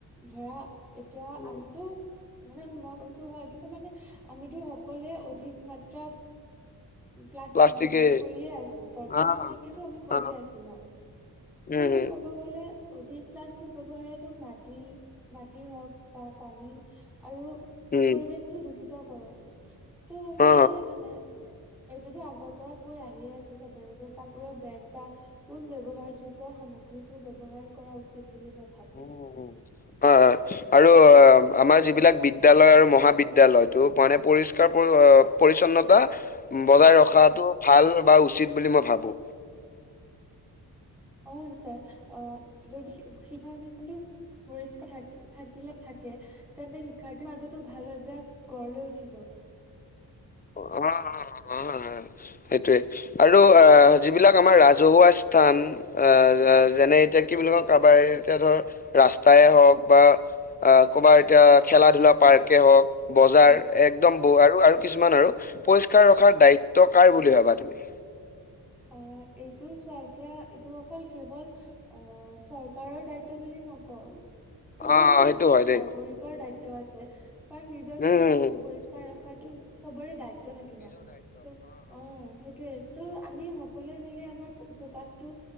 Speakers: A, in the centre; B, on the left (about 20°).
A: ধৰা, এতিয়া
B: উম,
A: আমিতো মানে উম মই কৈছো হয়, কিন্তু মানে, আমিতো সকলোৱে অধিক মাত্ৰা প্লাষ্টিক
B: প্লাষ্টিকে
A: ব্যৱহাৰ কৰিয়ে আছো, বৰ্তমানলৈকেতো
B: অ
A: আমি কৰিয়ে
B: অ
A: আছো ন'।
B: উম
A: ত', ক'ব গ'লে অধিক প্লাষ্টিক ব্যৱহাৰেটো মাটি, মাটি হওক বা পানী আৰু
B: উম
A: পৰিৱেশটো দূষিত কৰে, ত', সেয়েহে
B: অ অ
A: মানে এইটোতো আগৰ পৰা কৈ আহিয়ে আছে চবেই যে, কাপোৰৰ বেগ বা পোন ব্যৱহাৰযোগ্য সামগ্ৰীটো ব্যৱহাৰ কৰা উচিত। বুলি মই ভাবো।
B: উম, আ আৰু আমাৰ যিবিলাক বিদ্যয়ালয় আৰু মহাবিদ্যালয়টো মানে পৰিষ্কাৰ পৰিচ্ছন্নতা বজাই ৰখাটো ভাল বা উচিত বুলি মই ভাবো।
A: অ', ছাৰ, অ', যদি শিপ-শিপা নিচিনাটো পৰিষ্কাৰ থাক-থাকিলে থাকে, তেন্তে শিক্ষাৰ্থীৰ মাজতো ভাল অভ্যাস গঢ় লৈ উঠিব।
B: <inaudible> অ', অ', অ', সেইটোৱে আৰু এ', যিবিলাক আমাৰ ৰাজহুৱা স্থান উম, এ, যেনে এতিয়া কি বুলি কওঁ, কাৰোবাৰ এতিয়া ধৰ ৰাস্তাই হওঁক বা অ', ক'বাৰ এতিয়া খেলা ধলা পাৰ্ক হওঁক, বজাৰ
A: উম
B: একদম ব'ৰ। আৰু আৰু কিছুমান আৰু পৰিষ্কাৰ ৰখা দায়িত্ব কাৰ বুলি ভাবা তুমি?
A: আহ এইটো চোৱা, এতিয়া এইটো অকল কেৱল, অ', চৰকাৰৰ দায়িত্ব বুলি নকওঁ। প্ৰতিজন
B: অ সেইটো
A: এটা এটা
B: হয় দেই
A: নাগৰিকৰ দায়িত্ব আছে। কাৰণ নিজৰ
B: উম
A: চৌপাশটো
B: উম উম
A: পৰিষ্কাৰ ৰখ সেইটো চবৰে দায়িত্ব থাকে ন। ত', অ', সেইটোৱেইটো আমি সকলোৱে মিলি আমাৰ চৌপাশটো,